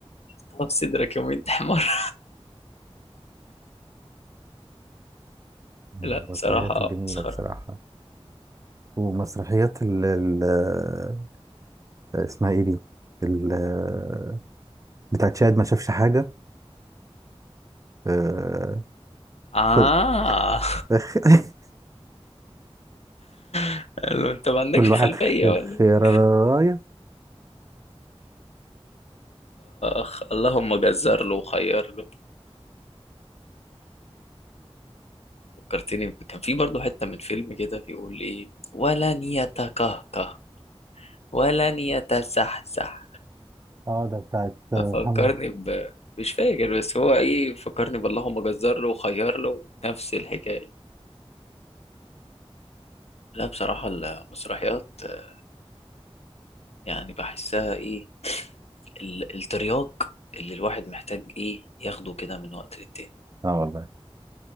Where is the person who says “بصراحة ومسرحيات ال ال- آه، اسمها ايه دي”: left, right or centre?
Right